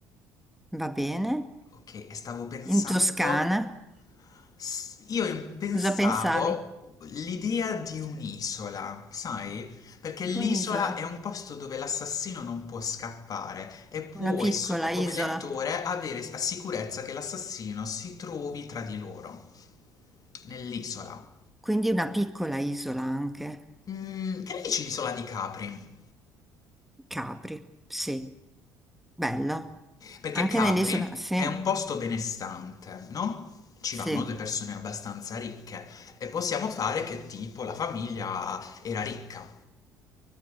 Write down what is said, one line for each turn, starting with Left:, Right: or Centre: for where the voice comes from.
Centre: Va bene.
Left: Ok, e stavo pensando,
Centre: In Toscana.
Left: s- io pensavo
Centre: Cosa pensavi?
Left: l'idea di un'isola, sai? Perché l'isola
Centre: Su un'isola,
Left: è un posto dove l'assassino non può scappare e puoi,
Centre: una piccola
Left: so-
Centre: isola,
Left: come lettore, avere la sicurezza che l'assassino si trovi tra di loro, nell'isola.
Centre: quindi una piccola isola anche.
Left: Mm, che ne dici l'isola di Capri?
Centre: Capri, sì, bello.
Left: Perché
Centre: Anche
Left: Capri
Centre: nell'isola, sì,
Left: è un posto benestante, no? Ci
Centre: sì.
Left: vanno le persone abbastanza ricche e possiamo fare che tipo la famiglia era ricca,